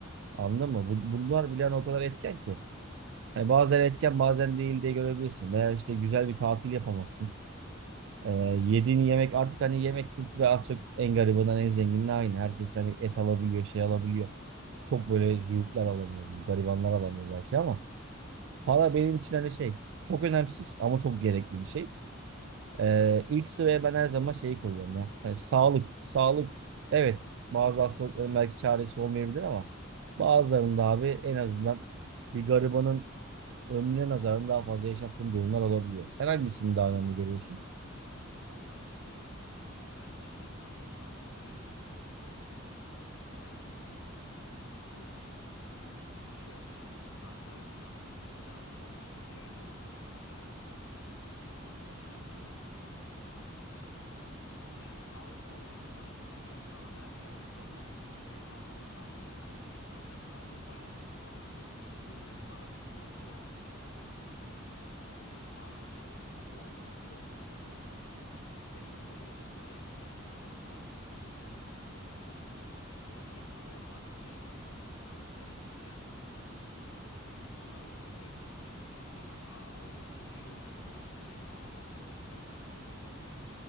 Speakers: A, on the right; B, on the left.
A: Anladın mı? Bu- bunlar bile hani o kadar etken ki. Hani bazen etken bazen değil diye görebilirsin. Veya işte güzel bir tatil yapamazsın. E, yediğin yemek artık hani yemek kültürü az çok en garibinden en zenginine aynı. Herkes hani et alabiliyor, şey alabiliyor. çok böyle züğürtler alamıyor, garibanlar alamıyor belki ama para benim
B: Aynen.
A: için hani şey çok önemsiz ama çok gerekli bir şey. Ee, ilk sıraya ben her zaman şeyi koyuyorum ya. Hani sağlık, sağlık evet bazı hastalıkların belki çaresi olmayabilir ama bazılarında abi en azından bir garibanın ömrüne nazaran daha fazla yaşattığın durumlar olabiliyor. Sen hangisini daha önemli görüyorsun?
B: Valla dediğin gibi ben de ilk başa sağlık koyardım. E, çünkü Mesela bir şey olsa ben bugün kanser olsam tedavisi olmasa bir ayda öldüren kanserler var. Allah göstermesin, Allah yaşatmasın. Yani sağlık olmadı mı geri kalan her şey olsa da çok bir anlamı kalmıyor. İlk başa sağlığı koyardım. Sonrasında dediğin gibi para çok şey aslında. Ya bir araç ama olmazsa olmaz bir araç. Belli seviyede paraya ihtiyacın da var bu hayatta. Çünkü her şey para oldu artık yani bu kapitalist düzen. İnsanları ona sevk etti. İşte bak aa o onu giyiyor ben de onu giyeyim. Aa o onu giyiyor ben de onu giyeyim.